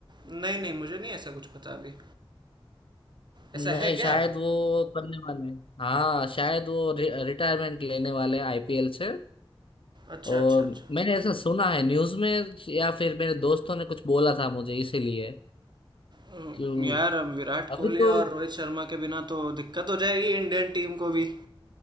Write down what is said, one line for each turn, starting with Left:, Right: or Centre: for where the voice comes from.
Right: नहीं नहीं मुझे नहीं ऐसा कुछ पता अभी ऐसा
Left: नहीं
Right: है
Left: शायद
Right: क्या
Left: वो करने वाले हैं हाँ शायद वो रिटायरमेंट लेने वाले हैं आईपीएल से
Right: अच्छा
Left: और
Right: अच्छा अच्छा
Left: मैंने ऐसा सुना है न्यूज़ में या फिर मेरे दोस्तों ने कुछ बोला था मुझे इसीलिए
Right: हम्म,
Left: क्यों
Right: यार अब विराट कोहली
Left: अभी तो
Right: और रोहित शर्मा के बिना तो दिक्कत हो जाएगी इंडियन टीम को भी